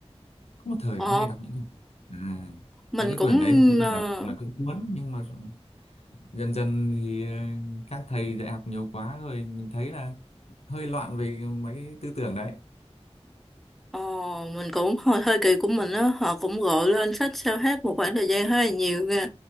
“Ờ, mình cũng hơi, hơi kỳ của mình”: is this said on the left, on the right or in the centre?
Centre